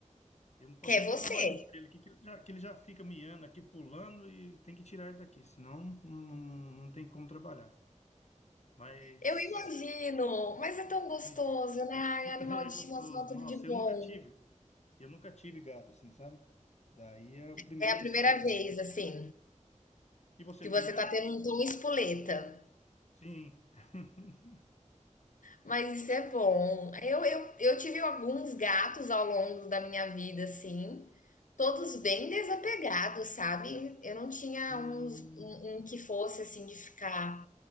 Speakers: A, on the left (about 60°); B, on the left (about 80°).
A: eu não posso
B: que é
A: nem
B: você.
A: estar trabalhando para ele aqui, que ele já, que ele já fica miando aqui, pulando e tem que tirar ele daqui, senão não, não, não tem como trabalhar. Mas,
B: Eu imagino, mas é tão gostoso,
A: mas
B: né? Ai,
A: <laughs>
B: animal
A: é
B: de
A: gostoso.
B: estimação, tudo
A: Nossa,
B: de bom.
A: eu nunca tive, eu nunca tive gato assim, sabe? Daí é o primeiro
B: É a primeira
A: assim que eu tenho.
B: vez,
A: assim.
B: assim,
A: E você
B: que
A: tem
B: você
A: gato?
B: tá tendo um tom espoleta.
A: Sim. <laughs>
B: Mas isso é bom. Eu, eu, eu tive alguns gatos ao longo da minha vida, assim, todos bem desapegados, sabe? Eu não tinha
A: Hum,
B: uns, um, um que fosse, assim, de ficar